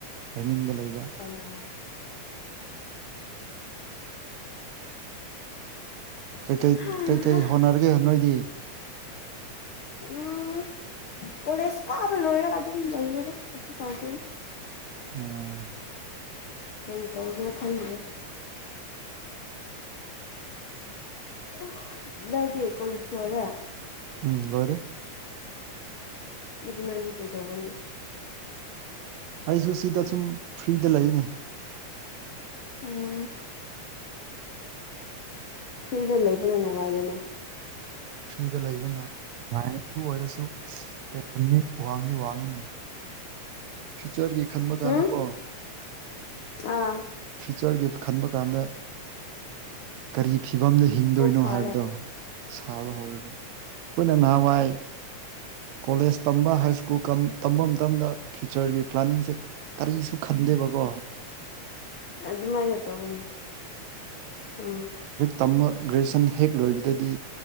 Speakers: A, on the right (about 75°); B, on the left (about 60°).
A: ꯔꯟꯅꯤꯡꯗ ꯂꯩꯕ
B: ꯑꯣ
A: ꯀꯩꯀꯩ
B: ꯍꯥ
A: ꯀꯩꯀꯩ ꯍꯣꯠꯅꯔꯒꯦ ꯅꯣꯏꯗꯤ
B: ꯎꯝ ꯀꯣꯂꯦꯁ ꯀꯥꯕ ꯂꯣꯢꯔꯒ ꯑꯗꯨꯝ ꯂꯩꯌꯦꯗ ꯀꯩꯁꯨ ꯊꯧꯗꯦꯗ
A: ꯑꯣ
B: ꯀꯔꯤ ꯊꯧꯒꯦꯔ ꯈꯪꯗ꯭ꯔꯦ ꯑꯣ ꯅꯪꯗꯤ ꯀꯣꯂꯦꯁ ꯂꯣꯢꯔꯦ
A: ꯎꯝ ꯂꯣꯢꯔꯦ
B: ꯑꯗꯨ ꯅꯪꯗꯤ ꯀꯩꯗꯧꯒꯅꯤ
A: ꯑꯩꯁꯨ ꯁꯤꯗ ꯁꯨꯝ ꯐ꯭ꯔꯤꯗ ꯂꯩꯌꯦꯅꯦ
B: ꯎꯝ ꯐ꯭ꯔꯤꯗ ꯂꯩꯕꯅ ꯅꯨꯡꯉꯥꯏꯔꯦꯅꯦ
A: ꯐ꯭ꯔꯤꯗ ꯂꯩꯕꯅ ꯅꯨꯡꯉꯥꯢꯌꯦ ꯑꯗꯨ ꯑꯣꯏꯔꯁꯨ ꯢꯁ ꯇꯦꯕꯟꯗꯤ ꯋꯥꯡꯗꯤ ꯋꯥꯡꯉꯤꯅꯦ
B: <inaudible>
A: ꯆꯔꯒꯤ ꯈꯟꯕ ꯀꯥꯟꯗ
B: ꯎꯝ
A: ꯀꯣ
B: ꯑꯥ
A: ꯐ꯭ꯌꯨꯆꯔꯒꯤ ꯈꯟꯕ ꯀꯥꯟꯗ ꯀꯔꯤ ꯐꯤꯕꯝꯗ ꯍꯤꯡꯗꯣꯏꯅꯣ
B: ꯀꯣꯛ ꯁꯥꯔꯦ
A: ꯍꯥꯏꯕꯗꯣ ꯁꯥꯕ ꯍꯧꯔꯦꯕ ꯑꯩꯈꯣꯏꯅ ꯅꯍꯥꯟꯋꯥꯏ ꯀꯣꯂꯦꯖ ꯇꯝꯕ ꯍꯥꯏ ꯁ꯭ꯀꯨꯜ ꯇꯝꯕ ꯃꯇꯝꯗ ꯐ꯭ꯌꯨꯆꯔꯒꯤ ꯄ꯭ꯂꯥꯅꯤꯡꯁꯦ ꯀꯔꯤꯁꯨ ꯈꯟꯗꯦꯕꯀꯣ
B: ꯑꯗꯨꯃꯥꯏꯅ ꯇꯧꯋꯤꯅꯤ ꯎꯝ
A: ꯇꯝꯃ ꯒ꯭ꯔꯦꯖꯨꯋꯦꯁꯟ ꯍꯦꯛ ꯂꯣꯏꯕꯗꯗꯤ